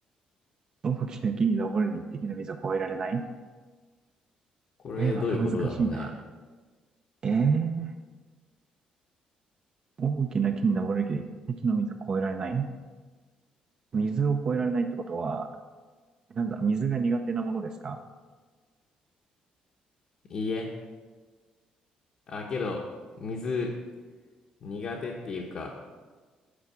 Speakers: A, on the right; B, on the left.
A: 大きな木に登るのに一滴の水を越えられない
B: これどういうことだろうね。
A: えー、また難しいな。えー、大きな木に登るけど一滴の水を越えられない水を越えられないってことは、なんだ、水が苦手なものですか
B: いいえ。あ、けど、水苦手っていうか、